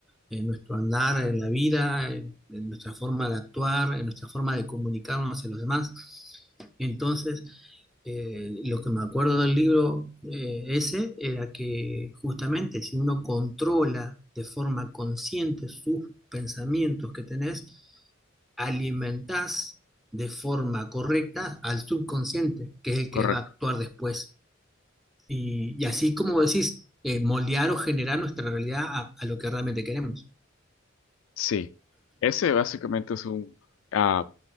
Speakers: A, in the centre; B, on the left.
A: en nuestro andar, en la vida, en, en nuestra forma de actuar, en nuestra forma de comunicarnos a los demás. Entonces, eh, lo que me acuerdo del libro eh, ese era que justamente si uno controla de forma consciente sus pensamientos que tenés, alimentás de forma correcta al subconsciente, que es el
B: correcto.
A: que va a actuar después. Y, y así como decís, eh, moldear o generar nuestra realidad a, a lo que realmente queremos.
B: Sí, ese básicamente es un, ah,